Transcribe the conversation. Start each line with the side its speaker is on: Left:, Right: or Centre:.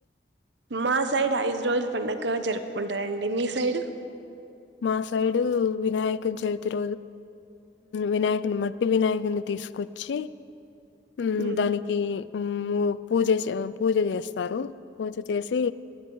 Right: మా సైడ్ ఐదు రోజుల్ పండగ జరు ఉంటాయండి మీ సైడ్
Left: మా సైడు వినాయక చవితిర వినాయకుని మట్టి వినాయకుని తీసుకొచ్చి ఉ
Right: ఉమ్
Left: దానికి ఉ పూజ పూజ చేస్తారు పూజ చేసి